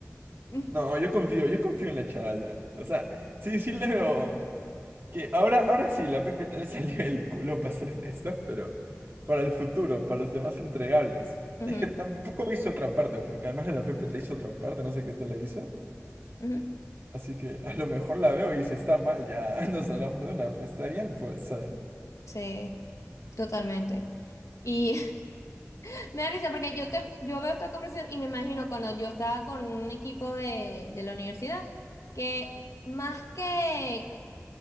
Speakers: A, on the left; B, on the right.
A: Ujú,
B: No, yo confío, yo confío en la chavala. O sea, sí, sí le veo. Que ahora, ahora sí, la PPT le salió el culo, <laughs> para ser honesto, pero para el futuro, para los demás entregables.
A: ujú.
B: Es que tampoco hizo otra parte, porque además de la PPT hizo otra parte, no sé qué te la hizo.
A: ujú.
B: Así que a lo mejor la veo y si está mal, ya <laughs> nos hablamos de una. pues, Está bien, puede ser.
A: Sí, totalmente. Y <laughs> me da risa porque yo, te, yo veo esta conversación y me imagino cuando yo estaba con un equipo de, de la universidad que más que